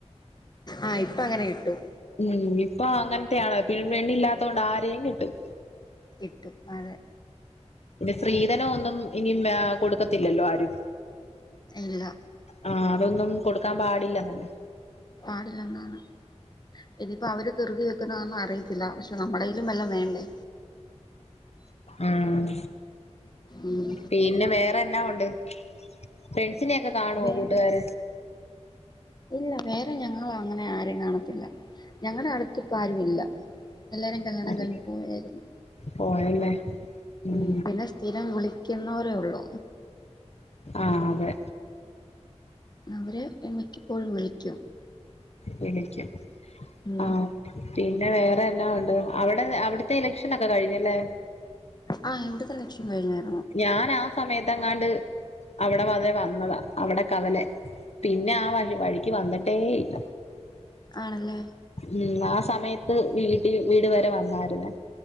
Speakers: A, on the left; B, on the left.
A: ആ ഇപ്പൊ അങ്ങനെ കിട്ടും
B: ഉം ഇപ്പൊ അങ്ങനെ <unintelligible> പിന്ന പെണ്ണില്ലാത്തോണ്ട് ആരെയും കിട്ടും
A: കിട്ടും അതെ
B: ഇ സ്ത്രീധനം ഒന്നും ഇനി കൊടുക്കത്തില്ലല്ലോ ആരും
A: ഇല്ല
B: ആഹ് അതൊന്നും കൊടുക്കാൻ പാടില്ല തന്നെ
A: പാടില്ലെന്നാണ് ഇതിപ്പോ അവര് തൃറുതി വെക്കുന്നന്നും അറിയിത്തില്ല പക്ഷെ നമ്മുടെടേയ്യിലും വല്ലാം വേണ്ടേ
B: ഉം
A: ഉം
B: പിന്നെ വേറെ എന്നാ ഉണ്ട് ഫ്രണ്ട്സിനെ ഒക്കെ കാണുവോ
A: വേ
B: കൂട്ടുകാര
A: ഇല്ല വേറെ ഞങ്ങള അങ്ങനെ ആരെയ കാണത്തില്ല ഞങ്ങളുടെ അടുത്ത്പ്പ ആരു ഇല്ല എല്ലാരും കല്യാണം
B: ആര്
A: കഴഞ്ഞി പോവായിരുന്നു
B: പോയല്ലേ ഉം
A: ഉ പിന്നെ സ്ഥിരം വിളി ക്കുന്നോരേ ഉള്ളൂ
B: ആതെ
A: അവര് എമ്മക്ക്പ്പോഴും വിളിക്കും
B: വിളിക്കും
A: ഉം
B: ആ പിന്നെ വേറെ അവിടെന്നാ ഉണ്ട് അവിടെ അവിടുത്തെ ഇലക്ഷൻ ഒക്കെ കഴിഞ്ഞല്ലേ
A: ആ ഇവിടുത്തെ ഇലക്ഷൻ കഴിഞ്ഞരുന്നു
B: ഞാൻ ആ സമയത്ത് അങ്ങാണ്ട് അവിടെ വരെ വന്നതാ അവിടെ കവല പിന്നെ ആ വഴി വഴിക്ക് വന്നിട്ടേ ഇല്ല
A: ആണല്ലേ
B: ഉം ആ സമയത്ത് വീട്ട വീട് വരെ വന്നായിരുന്നേ